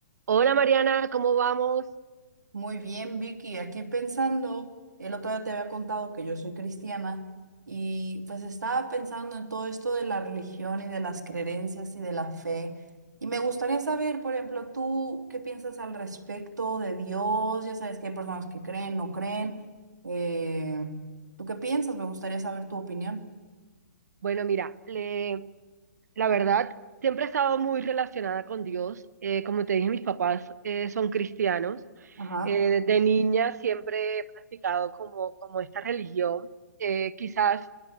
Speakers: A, on the right; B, on the right.
A: Hola Mariana, ¿cómo vamos?
B: Muy bien, Vicky. Aquí pensando, el otro día te había contado que yo soy cristiana y pues estaba pensando en todo esto de la religión y de las creencias y de la fe. Y me gustaría saber, por ejemplo, tú qué piensas al respecto de Dios. Ya sabes que hay personas que creen, no creen. Eh, ¿tú qué piensas? Me gustaría saber tu opinión.
A: Bueno, mira, le- la verdad, siempre he estado muy relacionada con Dios. Eh, como te dije, mis papás eh, son cristianos.
B: Ajá,
A: Eh, desde niña siempre he practicado como, como esta religión. Eh, quizás